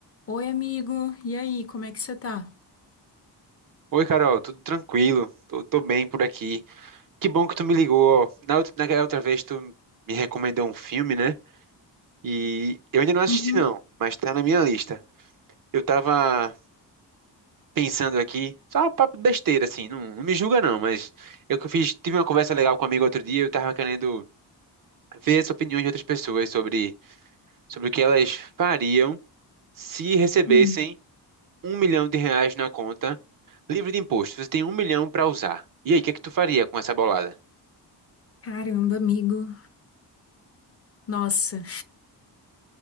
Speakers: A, on the left; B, on the right.
A: Oi, amigo. E aí, como é que você tá?
B: Oi, Carol, tudo tranquilo? Tô, tô bem por aqui. Que bom que tu me ligou. ó. Na outra, naquela outra vez tu me recomendou um filme, né? E eu ainda não assisti
A: Uhum.
B: não, mas tá na minha lista. Eu tava pensando aqui, só um papo de besteira assim, não, não me julga não, mas eu que fiz, tive uma conversa legal com um amigo outro dia, eu tava querendo ver as opiniões de outras pessoas sobre, sobre o que elas fariam se recebessem
A: Hum.
B: um milhão de reais na conta, livre de imposto. Você tem um milhão pra usar. E aí, o que é que tu faria com essa bolada?
A: Caramba, amigo. Nossa,